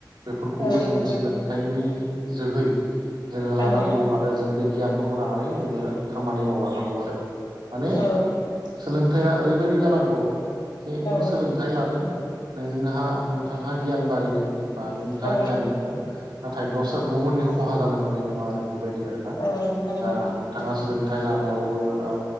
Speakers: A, on the right; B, on the left.
A: बेफोरखौबो
B: औ
A: जों
B: नोंथां
A: सोलोंथाइनि। जोहै। लांगौ
B: औ
A: आरो जों बे गियानखौ लानानै जोंओ खामानि मावलांनांगौ आरो। माने
B: औ
A: सोलोंथाइया ओरैबायदि जानांगौ जि
B: औ
A: नों सोलोंथाइ लादों नोंहा नोंथांहा गियान बारिदों बा नों नोंथाङा
B: औ
A: गियान मोनदों। नाथाय दस्रा गुबुननि खहा जानो मोननाय नङा आरो बेबायदि आरोना।
B: औ नंगौ
A: दा
B: नोंथां
A: नोंथाङा खथाइ लानायावबो ओ